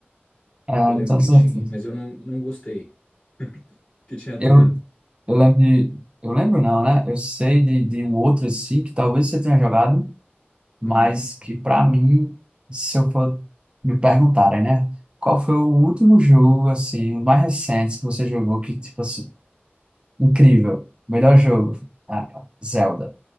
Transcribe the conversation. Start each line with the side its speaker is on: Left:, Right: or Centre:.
Right: Ah,
Left: Eu lembro
Right: não tenho
Left: que
Right: certeza.
Left: tinha, mas eu não, não gostei que tinha
Right: Eu,
Left: turno.
Right: eu lembro de. Eu lembro não, né? Eu sei de, de um outro assim, que talvez você tenha jogado, mas
Left: Hum.
Right: que pra mim, se eu for me perguntarem, né? Qual foi o último jogo, assim, o mais recente que você jogou que, tipo assim, incrível, melhor jogo? Ah, cara, Zelda.